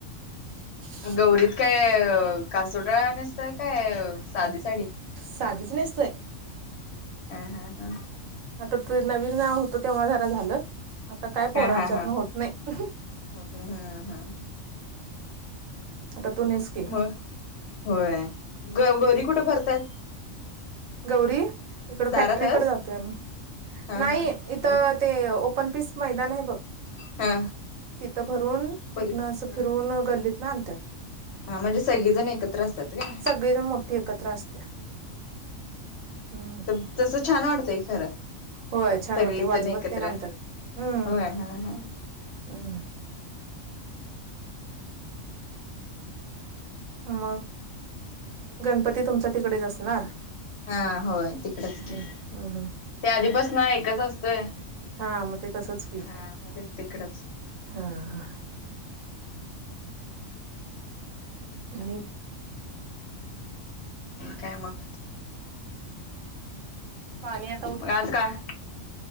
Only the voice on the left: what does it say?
गौरीत काय कासोटा नेसताय काय साधी साडी
हा हा हा
हा
हा हा
होत नाही हा हा
मग होय ग गौरी कुठे भरत्यात?
दारातच
हा
हा तिकडं
होय
हा
पली
हा
हा म्हणजे सगळीजण एकत्र असत्यात काय?
तसं छान वाटतंय खरं.
सगळीजण
एकत्र
होय हा हा
हा होय तिकडंच की
ते आधीपासनं एकच असतोय
हा मग ते तिकडच
काय मग?
मग आज काय